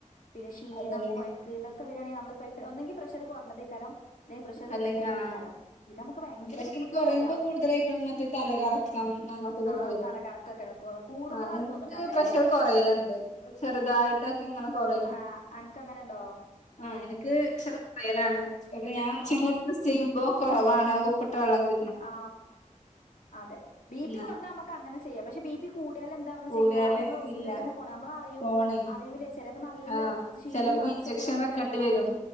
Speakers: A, on the left; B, on the left.
A: പിന്നെ ക്ഷീണം
B: അതന്നെ
A: കൊയക്ക് ഒക്കെ വരിയാണെങ്കിൽ നമ്മ പെട്ടന്ന് ഒന്നെങ്കിൽ പ്രഷറ് കുറഞ്ഞതേക്കരം അല്ലെങ്കിൽ പ്രഷർ
B: അല്ലെങ്കിൽ
A: കൂടിയതേക്കാരം
B: ആഹ്
A: ഇത് ഞമ്മക്ക് ഭയങ്കര
B: പ്രഷർ
A: ബുദ്ധിമുട്ടുള്ള
B: കുറയുമ്പോ
A: കാര്യമാ
B: കൂടുതലായിട്ടും മറ്റേ തലകറക്കം അങ്ങനത്തതൊക്കെ
A: ആ
B: വരും
A: തലകറക്കൊക്കെ കൂടുമ്പളാണ്‌
B: ആഹ് എനിക്ക്
A: തോന്നണ്ട അങ്ങനെ <unintelligible>
B: പ്രഷർ കുറലുണ്ട് ചെറുതായിട്ടൊക്കെ ഇങ്ങനെ കുറയും
A: ആ അനക്ക് അങ്ങനെ ഉണ്ടോ
B: ആഹ എനിക്ക് കുറയലാണ് ഞാൻ ഉച്ചക്ക്
A: ആഹ്
B: ടെസ്റ്റ്‌ ചെയ്യുമ്പോ കുറവാണ് ഉപ്പിട്ട വെള്ളം കു
A: ആ അതെ ബി പി
B: ഉം
A: കുറഞ്ഞാ നമ്മക്ക് അങ്ങനെ ചെയ്യാം പക്ഷെ ബി പി കൂടിയാൽ എന്താ നമ്മള്
B: കൂടിയാല്
A: ചെയ്യാ ഹോസ്പിറ്റല്
B: ഇല്ല
A: തന്നേ പോണം നമ്മ
B: പോണേ
A: അറിയുല്ലേ ചിലപ്പോ നല്ലക്ഷീണോം
B: ആഹ് ചെലപ്പോ
A: തളർച്ചയായി
B: ഇഞ്ചക്ഷൻ വെക്കേണ്ടി വരും